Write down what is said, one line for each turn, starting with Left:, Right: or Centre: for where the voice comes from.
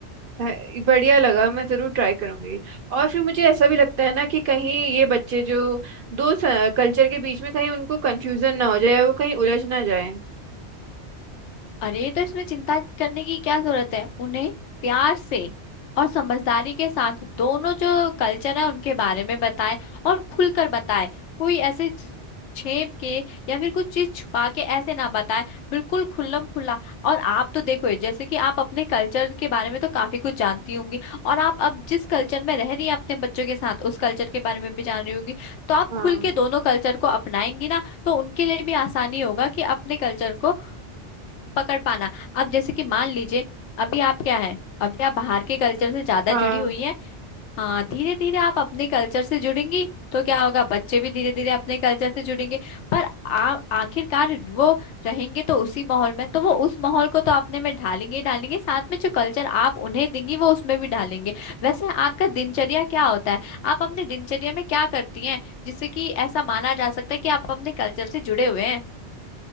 Right: है- बढ़िया लगा मैं जरूर ट्राई करूंगी और फिर मुझे ऐसा भी लगता है ना कि कहीं ये बच्चे जो दो कल्चर के बीच में कहीं उनको कंफ्यूजन ना हो जाए वो कहीं उलझ ना जाए
Left: अरे तो इसमें चिंता करने की क्या जरूरत है उन्हें प्यार से और समझदारी के साथ दोनों जो कल्चर है उनके बारे में बताएं और खुलकर बताएं कोई ऐसे छेप के या फिर कुछ चीज छुपा के ऐसे ना बताएं बिल्कुल खुल्लम खुल्ला और आप तो देखो ये, जैसे कि आप अपने कल्चर के बारे में तो काफी कुछ जानती होंगी और आप अब जिस कल्चर में रह रही हैं अपने बच्चों के साथ उस कल्चर के बारे में भी जान रही होंगी तो आप
Right: हाँ
Left: खुल के दोनों कल्चर को अपनाएंगी ना तो उनके लिए भी आसानी होगा कि अपने कल्चर को पकड़ पाना अब जैसे कि मान लीजिए अभी आप क्या है अभी आप बाहर के कल्चर से ज्यादा
Right: हाँ
Left: जुड़ी हुई हैं हाँ धीरे धीरे आप अपने कल्चर से जुड़ेंगी तो क्या होगा बच्चे भी धीरे धीरे अपने कल्चर से जुड़ेंगे पर आप आखिरकार वो रहेंगे तो उसी माहौल में तो वो उस माहौल को तो अपने में ढालेंगे ही ढालेंगे साथ में जो कल्चर आप उन्हें देंगी वो उसमें भी ढालेंगे वैसे आपका दिनचर्या क्या होता है आप अपने दिनचर्या में क्या करती हैं जिससे कि ऐसा माना जा सकता है कि आप अपने कल्चर से जुड़े हुए हैं